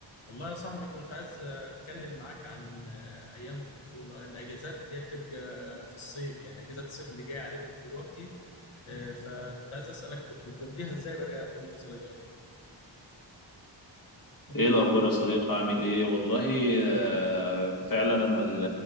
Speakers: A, on the left; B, on the left.
A: والله يا صاحبي كنت عايز اتكلم معاك عن آه، ايام الطفوله الاجازات اللي هي بتبقى في الصيف يعني اجازات الصيف اللي جايه علينا دي دلوقتي آه، فكنت عايز اسالك كنت بتقضيها ازاي بقى وانت صغير
B: ايه الاخبار يا صديقي عامل ايه والله آه، فعلا انا ال-